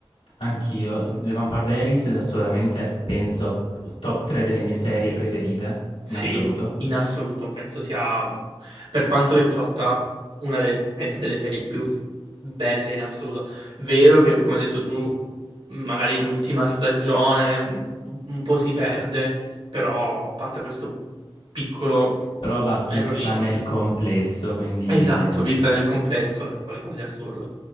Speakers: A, on the left; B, on the right.
A: anch'io. The Vampire Diaries è assolutamente, penso, top 3 delle mie serie preferite,
B: Sì,
A: in assoluto.
B: in assoluto. Penso sia, per quanto vecchiotta, una de- penso delle serie più belle in assoluto. Vero che, come hai detto tu, magari l'ultima stagione mh, un po' si perde, però a parte questo piccolo
A: però va vista
B: errorino.
A: nel complesso, quindi
B: Esatto,
A: eh,
B: vista
A: sì,
B: nel complesso, è qualcosa di assurdo.